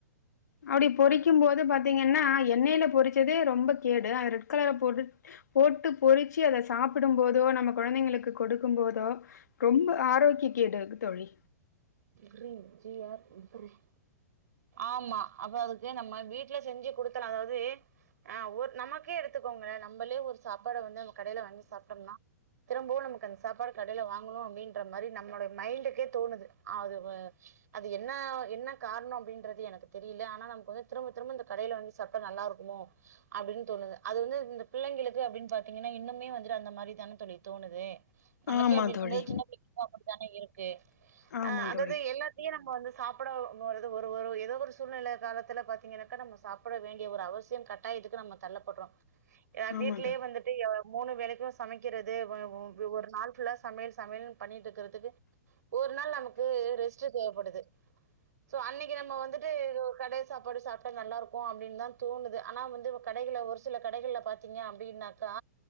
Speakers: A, on the left; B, on the right.
A: அப்டி பொரிக்கும் போது பாத்தீங்கன்னா எண்ணைல பொரிக் கறதே ரொம்ப கேடு அது ரெட் கலர போட்டுட் போட்டு பொரிச்சி அத சாப் பிடும் போதோ நம்ம கொழந்தைங்களுக்கு கொடுக்கும் போதோ ரொம்ப ஆரோக்கிய கேடு கு தோழி
B: க்ரீன் ஜி ஆர் ப்ரிஸ் ஆமா அப்ப அதுக்கு நம்ம வீட்ல செஞ்சி குடுக்கலா அதாவ்து அ ஒர் நமக்கே எடுத்துக்கோங்களே நம்பளே ஒரு சாப்பாட வந்து நம்ம கடைல வாங்கி சாப்ட்டம்ன்னா திரும்பவு நமக்கு அந்த சாப்பாடு கடைல வாங்கணு அப்டின்ற மாரி நம்ளுடைய மைண்டுக்கே தோணுது அது வ அது என்ன என்ன காரணோ அப்டின்றது எனக்கு தெரியில ஆனா நமக் வந்து திரும்ப திரும்ப இந்த கடைல வாங்கி சாப்ட்டா நல்லாருக்குமோ அப்டின் தோணுது அது வந்து இந்த பிள்ளைங்களுக்கு அப்டின் பாத்தீங்கன்னா இன்னுமே வந்துட்டு அந்த மாரி தான தோழி தோணுது நமக்கே
A: ஆமா
B: அப்டி இருக்கும்போது
A: தோழி
B: சின்ன பிள்ளைங்களுக்கு அப்பிடி தான இருக்கு
A: ஆமா
B: அ அதாவ்து
A: தோழி
B: எல்லா த்தியு நம்ப வந்து சாப்பட போறது ஒரு ஒரு எதோ ஒரு சூழ்நில காலத்துல பாத்தீங்கன்னாக்கா நம்ம சாப் பட வேண்டிய ஒரு அவசியம் கட்டாயதுக்கு நம்ம தள்ளப்பட்றோ எ வீட்லயே
A: ஆமா தோழி
B: வந்துட்டு எ மூணு வேளைக்குமே சமைக்கிறது ஒய ஓ பி ஒரு நாள் ஃபுல்லா சமையல் சமையல்ன் பண்ணீட்ருக்கறதுக்கு ஒரு நாள் நமக் ரெஸ்ட்டு தேவப்படுது சோ அன்னைக்கு நம்ம வந்துட்டு ஒரு கடை சாப்பாடு சாப் ட்டா நல்லாருக்கு அப்டின் தா தோணுது ஆனா வந்து கடைகள்ல ஒரு சில கடைகள்ல பாத்தீங்க அப்டின்னாக்கா